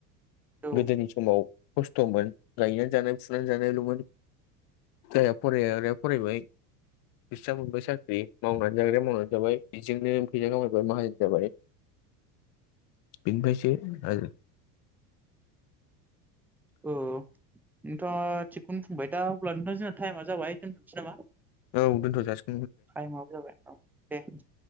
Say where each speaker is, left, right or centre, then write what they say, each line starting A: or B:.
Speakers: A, in the centre; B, on the left.
A: औ
B: गोदोनि समाव खस्थ'मोन गायनान जानाय फुनान जानायल'मोन जायहा फराया बेहा फरायबाय बिस्रा मोनबाय साख्रि मावनानै जाग्राया मावनानै जाबाय बेजोंनो फैसा खामायबाय माहाजोन जाबाय बेनिफ्रायसो आरो
A: औ नोंथाङा थिगखौनो बुंबाय दा अब्ला नोंथां जोंहा टाइमा जाबाय दोनथ'नोसै नामा?
B: औ दोनथ' जासि
A: टाइम आबो जाबाय औ दे।